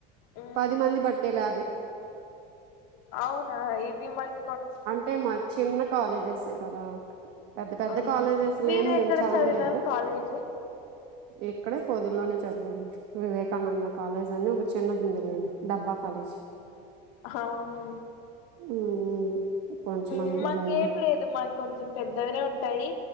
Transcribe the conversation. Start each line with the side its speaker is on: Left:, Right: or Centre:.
Left: మ్మ్
Right: పది మంది బట్టే ల్యాబే
Left: అవునా ఇవి మరి
Right: అంటే మాయి చిన్న కాలేజెసే కదా పెద్ద పెద్ద
Left: ఆ
Right: కాలేజెస్ లో
Left: మీరు
Right: ఏమి
Left: ఎక్కడ
Right: మేము చదవలేదురా
Left: చదివినారు కాలేజీ
Right: ఇక్కడే పొదిల్లోనే చదివాము వివేకానంద కాలేజ్ అని ఒక చిన్నదుంది లేండి డబ్బా కాలేజ్
Left: ఆహ ఉంది
Right: ఉమ్ ఉమ్ కొంచెం
Left: ఉమ్
Right: అందులో
Left: మాకేం
Right: చదివా
Left: లేదు మాకు కొంచెం పెద్దగనే ఉంటాయి